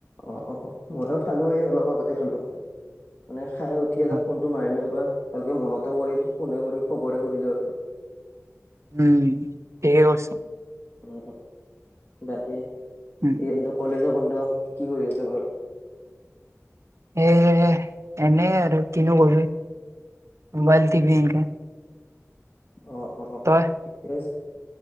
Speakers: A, on the left; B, on the right.
A: অঁ অঁ ময়ো খালোঁ এই অলপ আগতে খালোঁ মানে খাই উঠি
B: অ,
A: এনে ফোনটো মাৰিলো এবাৰ ভালকে মনতে পৰিল ফোনে কৰি খবৰে সুধিলো আৰু
B: উম ঠিকে কৈছ
A: উম বাকী এইকেইদিনটো
B: উম
A: কলেজো বন্ধ কি কৰি আছ ঘৰত
B: এ এনে আৰু কিনো কৰিবি ম'বাইল টি ভি এনকে
A: অ অ অ
B: তই
A: অ ঠিকে আছে